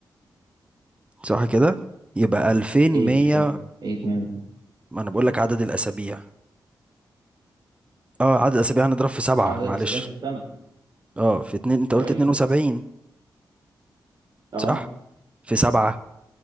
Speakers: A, on the right; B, on the right.
A: صح كده يبقى 2100
B: إيه مش فاهم إيه 2
A: ما انا بقول لك عدد الاسابيع اه عدد الاسابيع هنضرب في 7
B: عدد
A: معلش
B: الأسابيع في السنة
A: اه في 2 انت قلت
B: طيب
A: 72
B: أه
A: صح في 7